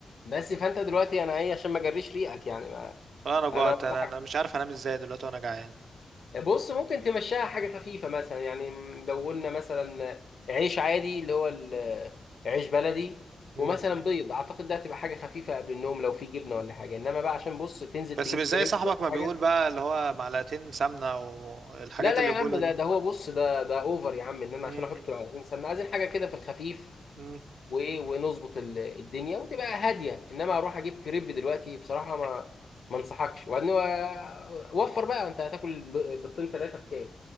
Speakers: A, on the left; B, on the right.
A: بس فانت دلوقتي انا ايه عشان ما اجريش ريقك يعني ما
B: والله انا جوعت
A: انا أنصحك-
B: انا انا مش عارف انام ازاي دلوقتي وانا جعان
A: بص ممكن تمشيها حاجه خفيفه مثلا يعني لو قلنا مثلا عيش عادي اللي هو ال- عيش بلدي
B: مم.
A: ومثلا بيض اعتقد ده هتبقى حاجه خفيفه قبل النوم لو في جبنه ولا حاجه انما بقى عشان بص تنزل
B: بس
A: تجيب
B: مش
A: كريب
B: زي صاحبك
A: ولا
B: ما
A: حاجه
B: بيقول بقى اللي هو معلقتين سمنة والحاجات
A: لا لا
B: اللي
A: يا
B: بيقولها
A: عم ده
B: دي
A: ده هو بص ده ده اوفر يا عم ان انا
B: مم.
A: عشان احط
B: مم.
A: 20 سنه عايزين حاجه كده في الخفيف
B: مم.
A: وايه ونظبط ال- الدنيا وتبقى هاديه انما اروح اجيب كريب دلوقتي بصراحه ما ما انصحكش وبعدين و- وفر بقى انت هتاكل ب- بيضتين ثلاثه بكام